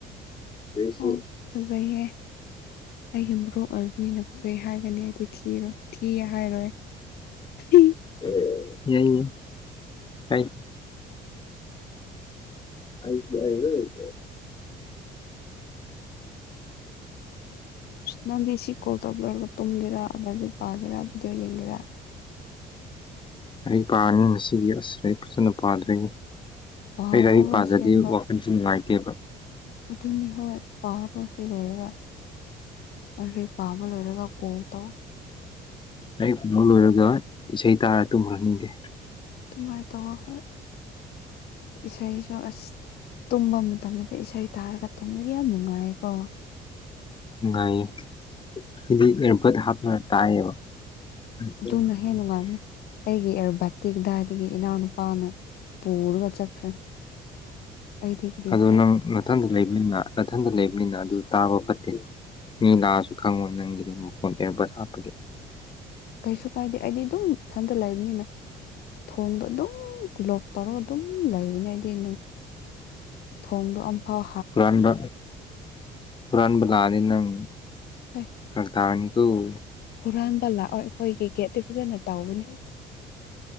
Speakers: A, on the left; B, on the left.
A: ꯑꯩꯁꯨ
B: ꯑꯣ ꯐꯖꯩꯍꯦ ꯑꯩꯒꯤ ꯃꯔꯨꯞ ꯑꯣꯏꯕꯅꯤꯅ ꯐꯖꯩ ꯍꯥꯏꯒꯅꯤ ꯑꯩꯗꯤ ꯊꯤꯔꯣꯏ ꯊꯤ ꯍꯥꯏꯔꯣꯏ ꯊꯤ
A: <unintelligible> ꯌꯥꯌꯦ ꯍꯥꯏꯗ ꯑꯩꯗꯤ ꯍꯥꯏꯔꯣꯏ
B: ꯅꯪꯗꯤ ꯁꯤ ꯀꯣꯜ ꯇꯧꯕ ꯂꯣꯢꯔꯒ ꯇꯨꯝꯒꯦꯔ ꯑꯗꯒꯤ ꯂꯥꯢꯔꯤꯛ ꯄꯥꯒꯦꯔ ꯕꯤꯗꯤꯑꯣ ꯌꯦꯡꯒꯦꯔ
A: ꯂꯥꯏ ꯄꯥꯔꯅꯤ ꯉꯁꯤꯒꯤ ꯑꯁ ꯂꯥꯏꯔꯤꯛ ꯐꯖꯅ ꯄꯥꯗꯣꯏ ꯅꯤ
B: ꯄꯥꯔꯣ
A: ꯑꯩ ꯂꯥꯏꯔꯤꯛ ꯄꯥꯗ꯭ꯔꯗꯤ
B: ꯑꯁꯦꯡꯕ
A: ꯀꯣ <unintelligible> ꯅꯨꯡꯉꯥꯏꯇꯦꯕ
B: ꯑꯗꯨꯅꯤ ꯍꯣꯏ ꯄꯥꯔꯣ ꯁꯤ ꯂꯣꯏꯔꯒ ꯑꯔꯦ ꯄꯥꯕ ꯂꯣꯏꯔꯒ ꯀꯣꯜ ꯇꯧ
A: ꯂꯥꯢꯔꯤꯛ ꯄꯥꯕ ꯂꯣꯏꯔꯒ ꯏꯁꯩ ꯇꯥꯔ ꯇꯨꯝꯈ꯭ꯔꯅꯤ ꯑꯩꯗꯤ
B: ꯑꯗꯨꯃꯥꯏ ꯇꯧꯔꯣ ꯍꯣꯏ ꯏꯁꯩꯁꯨ ꯑꯁ ꯇꯨꯝꯕ ꯃꯇꯝꯗꯗꯤ ꯏꯁꯩ ꯇꯥꯔꯒ ꯇꯨꯝꯕ ꯌꯥꯝ ꯅꯨꯡꯉꯥꯏꯌꯦꯀꯣ
A: ꯅꯨꯡꯉꯥꯏꯌꯦ ꯑꯩꯗꯤ ꯑꯦꯌꯦꯔ ꯕꯠ ꯍꯥꯞꯄꯒ ꯇꯥꯏꯌꯦꯕ ꯑꯍꯝ
B: ꯑꯗꯨꯅ ꯍꯦꯟꯅ ꯅꯨꯡꯉꯥꯏꯕꯅꯦ ꯑꯩꯒꯤ ꯑꯦꯌꯔ ꯕꯠꯇꯤ ꯀꯗꯥꯢꯗꯒꯤ ꯏꯅꯥꯎꯅꯨꯄꯥꯅ ꯄꯨꯔꯒ ꯆꯠꯈ꯭ꯔꯦ ꯑꯩꯗꯤ ꯀꯔꯤꯁꯦ
A: ꯑꯗꯨ ꯅꯪ ꯅꯥꯊꯟꯗ ꯂꯩꯕꯅꯤꯅ ꯅꯥꯊꯟꯗ ꯂꯩꯕꯅꯤꯅ ꯑꯗꯨ ꯇꯥꯕ ꯐꯠꯇꯦ ꯃꯤ ꯂꯥꯛꯑꯁꯨ ꯈꯪꯉꯣꯏ ꯅꯪꯒꯤꯗꯤ ꯃꯈꯣꯟ ꯑꯦꯌꯥꯔ ꯕꯠ ꯍꯥꯞꯄꯗꯤ
B: ꯀꯩꯁꯨ ꯀꯥꯏꯗꯦ ꯑꯩꯗꯤ ꯑꯗꯨꯝ ꯏꯊꯟꯇ ꯂꯩꯕꯅꯤꯅ ꯊꯣꯡꯗ ꯑꯗꯨꯝ ꯂꯣꯛ ꯇꯧꯔꯒ ꯑꯗꯨꯝ ꯂꯩꯕꯅꯦ ꯑꯩꯗꯤ ꯑꯗꯨꯝ ꯊꯣꯡꯗꯣ ꯑꯃꯝꯐꯥꯎ
A: ꯍꯨꯔꯥꯟꯕ ꯍꯨꯔꯥꯟꯕ ꯂꯥꯛꯑꯗꯤ ꯅꯪ
B: ꯍꯣꯏ
A: ꯐꯔꯛ ꯇꯥꯔꯥꯅꯤ ꯗꯨꯝ
B: ꯍꯨꯔꯥꯟꯕ ꯂꯥꯛꯑꯣꯢ ꯑꯩꯈꯣꯏꯒꯤ ꯒꯦꯠꯇꯤ ꯐꯖꯅ ꯇꯧꯕꯅꯔ